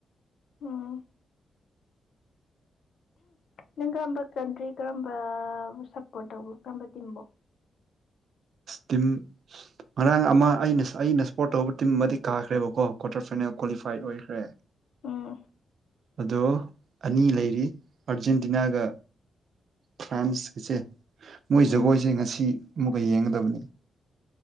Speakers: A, on the left; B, on the right.
A: ꯎꯝ ꯅꯪ ꯀꯔꯝꯕ ꯀꯟꯇ꯭ꯔꯤ ꯀꯔꯝꯕ ꯁꯞꯄꯣꯔꯠ ꯇꯧꯕ ꯀꯔꯝꯕ ꯇꯤꯝꯕꯨꯣ
B: ꯇꯤꯝ ꯉꯔꯥꯡ ꯑꯃ ꯑꯩꯅ ꯑꯩꯅ ꯁꯄꯣꯔꯠ ꯇꯧꯕ ꯇꯤꯝ ꯑꯃꯗꯤ ꯀꯥꯈ꯭ꯔꯦꯕꯀꯣ ꯀ꯭ꯋꯥꯇꯔ ꯐꯥꯏꯅꯦꯜ ꯀ꯭ꯋꯥꯂꯤꯐꯥꯏ ꯑꯣꯏꯈ꯭ꯔꯦ
A: ꯎꯝ
B: ꯑꯗꯣ ꯑꯅꯤ ꯂꯩꯔꯤ ꯑꯔꯖꯦꯟꯇꯤꯅꯥꯒ ꯐ꯭ꯔꯥꯟꯁꯀꯤꯁꯦ ꯃꯣꯏ ꯖꯒꯣꯏꯁꯦ
A: ꯎꯝ
B: ꯉꯁꯤ ꯑꯃꯨꯛꯀ ꯌꯦꯡꯒꯗꯕꯅꯤ <inaudible>